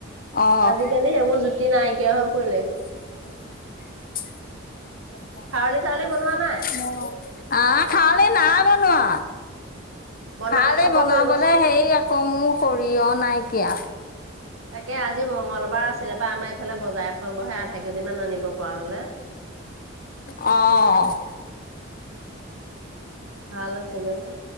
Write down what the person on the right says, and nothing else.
আজিকালি সেইবোৰ জুতি নাইকিয়া হৈ পৰিলে।
খাৰলি চাৰলি বনোৱা নাই?
বনালে
খবৰ
কৰিবচোন।
তাকে আজি মঙগলবাৰ আছিলে পাই আমাৰ এইফালে বজাৰ এখন বহে আধা কেজি মান আনিব পৰা হ'লে।
ভাল আছিলে অ'।